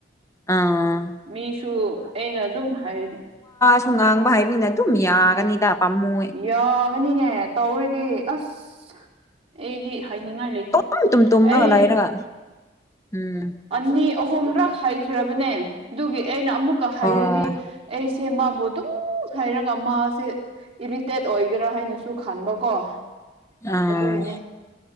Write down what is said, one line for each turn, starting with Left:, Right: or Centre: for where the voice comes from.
Left: ꯑꯥ
Right: ꯃꯤꯁꯨ ꯑꯩꯅ ꯑꯗꯨꯝ ꯍꯥꯏꯅꯤ
Left: ꯁꯨ ꯉꯥꯡꯕ ꯍꯥꯏꯕꯅꯤꯅ ꯑꯗꯨꯝ ꯌꯥꯒꯅꯤꯗ ꯄꯥꯃꯨ
Right: ꯌꯥꯒꯅꯤꯅꯦ ꯇꯧꯔꯤꯗꯤ ꯑꯁ ꯑꯩꯗꯤ ꯍꯥꯏꯅꯤꯡꯉꯥꯏ ꯂꯩꯇꯦ
Left: ꯇꯨꯝ ꯇꯨꯝ ꯇꯨꯝꯔꯒ
Right: ꯑꯩ
Left: ꯂꯩꯔꯒ ꯎꯝ
Right: ꯑꯅꯤ ꯑꯍꯨꯝꯔꯛ ꯍꯥꯏꯈ꯭ꯔꯕꯅꯦ ꯑꯗꯨꯒꯤ ꯑꯩꯅ ꯑꯃꯨꯛꯀ ꯍꯥꯏꯔꯗꯤ
Left: ꯑꯣ
Right: ꯑꯩꯁꯦ ꯃꯥꯕꯨ ꯑꯗꯨꯝ ꯍꯥꯏꯔꯒ ꯃꯥꯁꯦ ꯏꯔꯤꯇꯦꯠ ꯑꯣꯏꯒꯦꯔꯥ ꯍꯥꯏꯅꯁꯨ ꯈꯟꯕꯀꯣ
Left: ꯑꯥ
Right: ꯑꯗꯨꯒꯤꯅꯤ